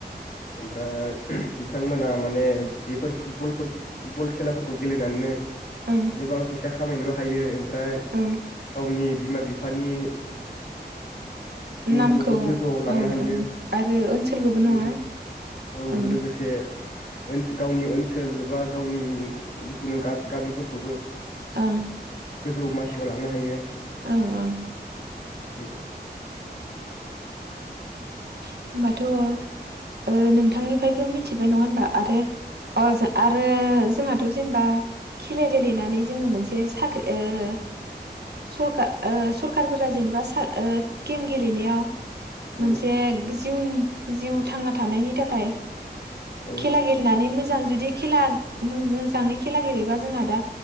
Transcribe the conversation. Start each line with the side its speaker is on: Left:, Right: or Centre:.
Left: ओमफ्राय बिथांमोना माने बेफोर फुटबलफोर फुटबल खेलाफोरखौ गेलेनानैनो
Right: ओं
Left: गोबां फैसा फैसा खामायनोबो हायो ओमफ्राय
Right: ओं
Left: गावनि बिमा बिफानि मुंखौबो
Right: नामखौ
Left: गोजौआव लांनो
Right: ओं
Left: हायो
Right: ओं आरो ओनसोलखौबो नङा
Left: लोगो औ
Right: ओं
Left: लोगोसे ओन गावनि ओनसोल बा गावनि जिखुनु गामिफोरखौबो
Right: ओं।
Left: गोजौ मासियाव लांनो हायो।
Right: ओं ओं।
Left: उम। <inaudible>
Right: होमबाथ' ओ नोंथांनिफ्रायबो मिथिबाय नङा होमबा आरो अ आरो जोंहाथ' जेनेबा खेला गेलेनानै जोङो मोनसे साख्रि ओं सखार ओं सरखारफोरा जेनेबा साख्रि ओं गेम गेलेनायाव मोनसे
Left: औ
Right: गोजोन इयुन। जिउ थांना थानायनि थाखाय।
Left: औ
Right: खेला गेलेनानै मोजां मोजां जुदि खेला मो-मोजाङै खेला गेलेबा जोंहा दा